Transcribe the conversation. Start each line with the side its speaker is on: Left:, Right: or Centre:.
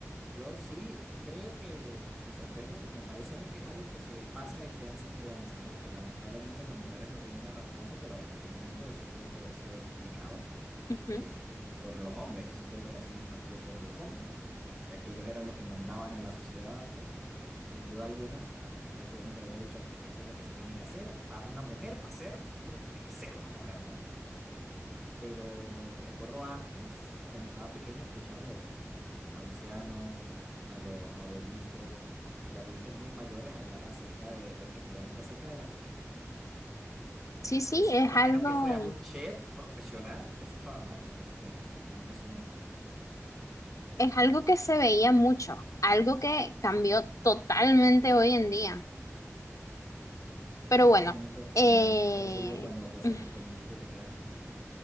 Centre: yo sí creo que, y sostengo que me parece a mí que es algo que se pasa de crianza en crianza, ¿no? Que lamentablemente las mujeres los vienen arrastrando, pero en algún punto eso tuvo que haber sido explicado.
Left: Ujú.
Centre: eh, por los hombres. Eso tuvo que haber sido impartido por los hombres, eh, ya que ellos eran los que mandaban en la sociedad antes, sin duda alguna. Ellos tuvieron que haberle dicho, esto es lo que se tiene que hacer, para una mujer, para hacer esto es lo que tiene que ser una mujer, ¿no? Pero recuerdo antes, cuando estaba pequeño, escuchar a los ancianos, a los abuelitos y adultos muy mayores hablar acerca de, despectivamente acerca de la cocina.
Left: Sí, sí,
Centre: Que sí,
Left: es
Centre: a
Left: algo,
Centre: menos que fueras un chef profesional, eso estaba mal, eso no se tenía que hacer, tenía que hacerlo
Left: es algo que se veía mucho, algo que cambió totalmente hoy en día.
Centre: Y
Left: Pero
Centre: qué,
Left: bueno,
Centre: qué bonito cocinar.
Left: eh,
Centre: Qué orgullo cuando te haces
Left: <laughs>
Centre: tu comidita y te queda rica, ¿eh?